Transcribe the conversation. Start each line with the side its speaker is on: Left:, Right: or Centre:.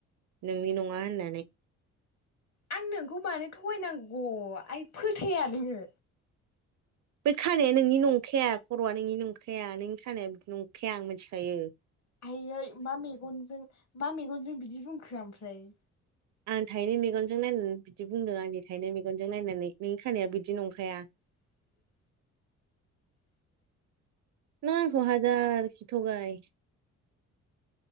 Right: नोंनि नङा होननानै
Left: आं नोंखौ मानो थगायनांगौ आइ फोथाया नोङो
Right: बे खानाया नोंनि नंखाया खर'आ नोंनि नंखाया नोंनि खानाया नंखाया आं मोथिखायो
Left: आइयै मा मेगनजों मा मेगनजों बिदि बुंखो ओमफ्राय।
Right: आं थाइनै मेगनजों नायनानै बिदि बुंदों आंनि थाइनै मेगनजों नायनानै नोंनि खानाया बिदि नंखाया
Left: <inaudible>
Right: नों आंखौ हाजारखि थगाय